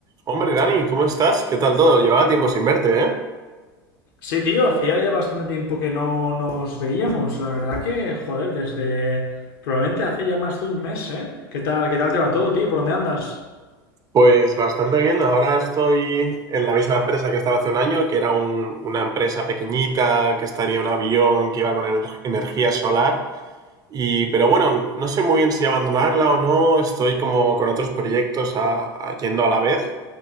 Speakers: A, on the right (about 30°); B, on the left (about 70°).
A: Hombre, Dani, ¿cómo estás? ¿Qué tal todo? Llevaba tiempo sin verte, ¿eh?
B: Sí, tío, hacía ya bastante tiempo que no nos veíamos. La verdad que, joder, desde probablemente hace ya más de un mes, ¿eh? ¿Qué tal, qué tal te va todo, tío? ¿Por dónde andas?
A: Pues bastante bien. Ahora estoy en la misma empresa que estaba hace un año, que era un- una empresa pequeñita, que tenía un avión que iba con ener- energía solar. Y, pero bueno, no sé muy bien si abandonarla o no. Estoy como con otros proyectos a- a- yendo a la vez